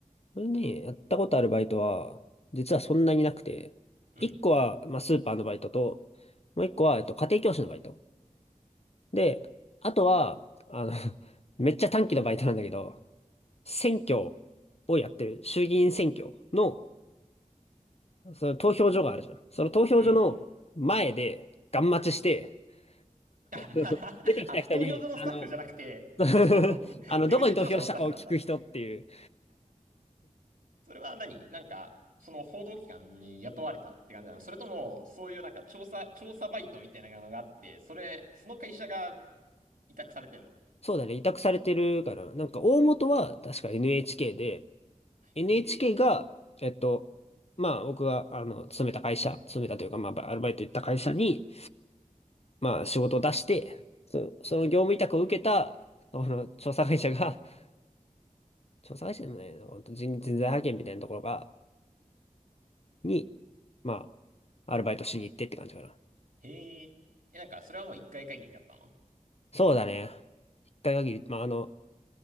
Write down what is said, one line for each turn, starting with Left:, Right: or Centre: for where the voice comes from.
Left: それね、やったことあるバイトは、実はそんなになくて、
Right: うん。
Left: 一個は、まあ、スーパーのバイトと、もう一個は、えっと、家庭教師のバイト。で、あとは、あの <laughs> めっちゃ短期のバイトなんだけど、選挙をやってる、衆議院選挙の、その投票所があるじゃん。その投票所の前で、
Right: うん。
Left: ガン待ちして、
Right: <laughs>
Left: <laughs> 出てきた人に、
Right: あ、投票所のスタッフじゃなくて、
Left: あの、<laughs>
Right: あの、<laughs>
Left: あの、
Right: 出口調査のスタッフなんだ。
Left: どこに投票したかを聞く人っていう。
Right: それは何なんか、その報道機関に雇われたって感じなのそれとも、そういうなんか調査、調査バイトみたいなのがあって、それ、その会社が委託されてんの
Left: そうだね、委託されてるから、なんか大元は確か NHK で、NHK
Right: へえ。
Left: が、えっと、まあ僕が、あの、勤めた会社、勤めたというか、まあアルバイト行った会社に、まあ仕事を出して、そ、その業務委託を受けた、その調査会社が、<laughs> 調査会社でもないの、本当人、人材派遣みたいなところが、に、まあ、アルバイトしに行ってって感じかな。
Right: へえ。え、なんか、それはもう一回限りだったの
Left: そうだね。一回限り、まああの、